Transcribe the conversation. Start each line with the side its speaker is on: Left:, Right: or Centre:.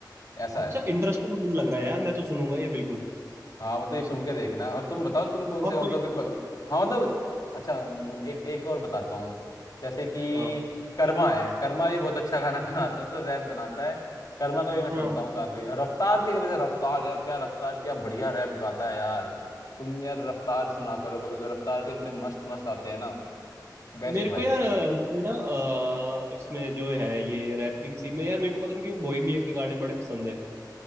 Left: ऐसा
Right: अच्छा
Left: है
Right: इंटरेस्टिंग लग रहा है यार मैं तो सुनूंगा ये बिल्कुल
Left: हाँ मतलब ये सुन के देखना और तुम बताओ तुम कौन से
Right: और
Left: मतलब
Right: कोई
Left: कि प... हाँ मतलब अच्छा म, एक एक और बताता हूँ जैसे कि
Right: हाँ
Left: कर्मा है कर्मा भी बहुत अच्छा खाना <laughs> बनाता है मतलब रैप बनाता है कर्मा को भी मैं सुनता
Right: हाँ
Left: हूँ काफी और रफ्तार के वजह रफ्तार यार क्या रफ्तार क्या बढ़िया रैप गाता है यार तुम यार रफ्तार सुना करो कभी कभी रफ्तार के इतने मस्त मस्त आते हैं ना बेस्ट
Right: मेरे
Left: भाई
Right: को यार अ, इसमें ना अ, इसमें जो है ये रैपिंग सीन में यार मेरे को पता नहीं क्यों बोहेमिया के गाने बड़े पसंद है